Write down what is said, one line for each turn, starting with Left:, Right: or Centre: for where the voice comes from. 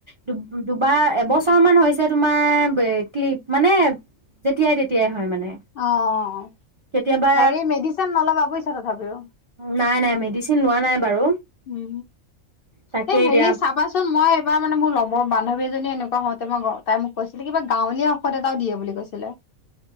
Right: দুব দুবাৰ এবছৰ মান হৈছে তোমাৰ বে ক্লি মানে যেতিয়াই তেতিয়াই হয় মানে।
Left: অ',
Right: কেতিয়াবা
Left: হেৰি মেডিচিন নলবা বুইচ। ভাবেঅ।
Right: নাই নাই মেডিচিন লোৱানাই বাৰু।
Left: ও।
Right: তাকে
Left: হে হেৰি
Right: দিয়া
Left: চাবাচোন মই এইবাৰ মানে মও লম। মোৰ বান্ধৱী এজনীয়ে এনেকোৱা হওঁতে মই গ তাই মোক কৈছিলে কিবা গাঁৱলীয়া ঔষধ এটাও দিয়ে বুলি কৈছিলে।